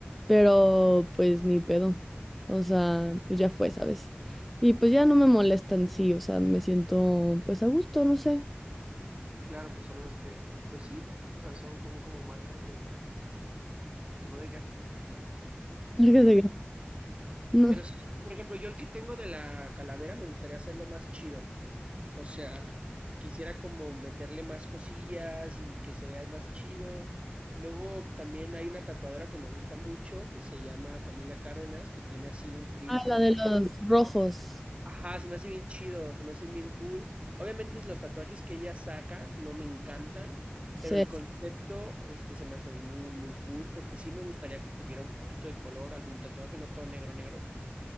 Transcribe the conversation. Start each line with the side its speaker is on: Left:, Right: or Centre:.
Centre: pero pues ni pedo. O sea, pues ya fue, ¿sabes? Y pues ya no me molestan, sí, o sea, me siento pues a gusto, no sé.
Right: Y claro, pues son los que, pues sí, tienes razón, como, como marcas de, pues no de guerra, pero...
Centre: <laughs> Marcas
Right: Pero,
Centre: de guerra. No.
Right: pero sí, por ejemplo, yo el que tengo de la calavera me gustaría hacerlo más chido. O sea, quisiera como meterle más cosillas y que se vea más chido. Luego también hay una tatuadora que me gusta mucho que se llama Camila Cárdenas, que tiene así un trip
Centre: Ah, la
Right: como,
Centre: de los rojos.
Right: ajá, se me hace bien chido, se me hace bien cool. Obviamente es los tatuajes que ella saca no me encantan,
Centre: Sí.
Right: pero el concepto este se me hace muy muy cool porque sí me gustaría que tuviera un poquito de color, algún tatuaje, no todo negro negro,